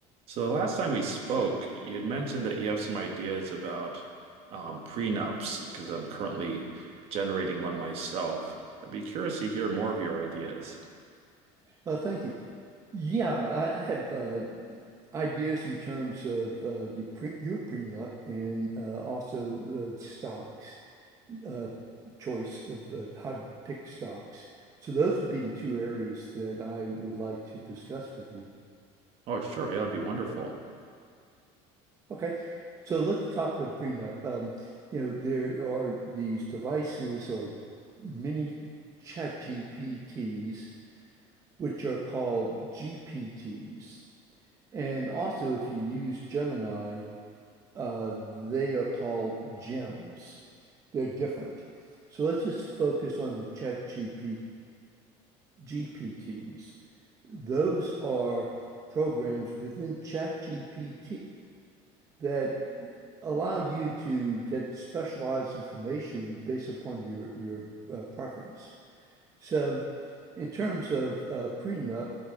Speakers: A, on the right (about 45°); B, on the right (about 25°).
A: So the last time we spoke, you would mentioned that you have some ideas about um, prenups because I'm currently generating one myself. I'd be curious to hear more of your ideas.
B: Uh, thank you. Yeah, I, I have uh, ideas in terms of uh, your pre your prenup and uh, also the stocks uh, choice of, of how to pick stocks. So those would be the two areas that I would like to discuss with you.
A: Oh, sure, yeah, that'd be wonderful.
B: Okay, so let's talk about the prenup. Um, you know, there are these devices or mini chat GPTs, which are called GPTs. And also, if you use Gemini, uh, they are called gems. They're different. So let's just focus on the ChatGPTs, GPTs, GPTs. Those are programs within ChatGPT that allow you to get specialized information based upon your your uh, preference. So, in terms of uh, prenup,